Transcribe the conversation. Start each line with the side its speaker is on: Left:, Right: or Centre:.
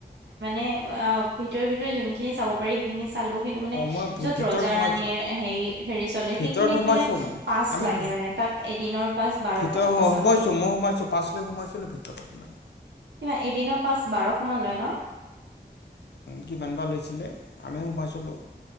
Right: ভিতৰ
Left: নাই
Right: ভিতৰত যোনখিনি চাব পাৰি সেইখিনি কিন্তু
Left: মানে ভিতৰে ভিতৰে যেনেখিনি চাব পাৰি সেইখিনি অঁ মই ভি
Right: য'ত
Left: ভিতৰত
Right: ৰজা
Left: সোমাইছোঁ
Right: ৰাণি হেৰী চলে
Left: ভিতৰত
Right: সেইখিনিত
Left: সোমাইছোঁ মই
Right: পাছ
Left: আমি
Right: লাগে
Left: ভি
Right: বোলে তাত এদিন পাছ বাৰশ
Left: ভিতৰত
Right: টকা
Left: সোমাইছোঁ
Right: চামথিং
Left: মই সোমাইছোঁ পাছ লৈ সোমাইছিলোঁ ভিতৰত মই
Right: কিমান এদিন পাঁচ বাৰশ মান লয় ন
Left: কিমান বা লৈছিলে আমি সোমাই চলোঁ